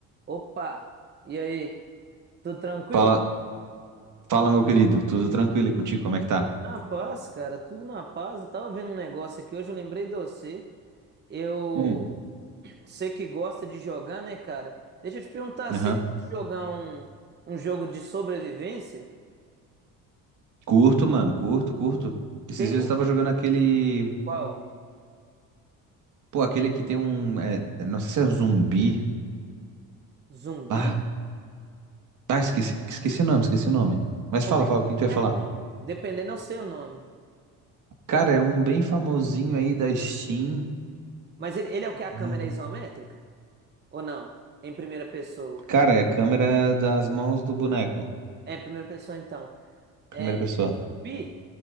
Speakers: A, on the right (about 30°); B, on the right (about 55°).
A: Opa! E aí? Tudo tranquilo?
B: Fala, fala, meu querido. Tudo tranquilo e contigo? Como é que tá?
A: Na paz, cara, tudo na paz. Eu tava vendo um negócio aqui hoje, eu lembrei de você. Eu
B: Hum.
A: sei que gosta de jogar, né, cara? Deixa eu te perguntar, você
B: Aham.
A: gosta de jogar um, um jogo de sobrevivência?
B: Curto, mano. Curto, curto. Esses
A: Tem
B: dias
A: um
B: eu tava
A: que.
B: jogando aquele.
A: Qual?
B: Pô, aquele que tem um. é, é, não sei se é um zumbi.
A: Zumbi?
B: Ah, tá. Esqueci, esqueci o nome, esqueci o nome. Mas
A: Como
B: fala,
A: é...
B: fala, o que que tu
A: Ele
B: ia falar?
A: é como? Dependendo, eu sei o nome.
B: Cara, é um bem famosinho aí da Steam.
A: Mas ele, ele é o que? A câmera
B: Hum.
A: é isométrica? Ou não? Em primeira pessoa?
B: Cara, é câmera das mãos do boneco.
A: É, em primeira pessoa então.
B: Primeira
A: É,
B: pessoa.
A: zumbi?